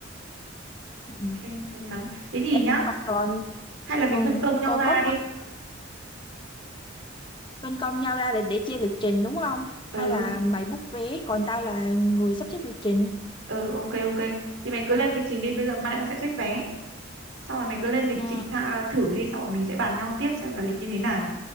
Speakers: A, on the left; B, on the right.
A: ừ.
B: ok chống nắng thế thì
A: Ê,
B: nhá
A: nhưng mà còn
B: hay là mình
A: ừ,
B: phân công nhau
A: còn
B: ra
A: có
B: đi
A: phân công nhau ra để, để chia lịch trình đúng không? Hay
B: ừ
A: là mày book vé còn tao là người sắp xếp lịch trình?
B: ừ ok ok thì mày cứ lên lịch trình đi bây giờ mai tao sẽ check vé xong rồi mày cứ lên lịch
A: Ừ,
B: trình tha, thử đi xong rồi mình sẽ bàn nhau tiếp xem là lịch như thế nào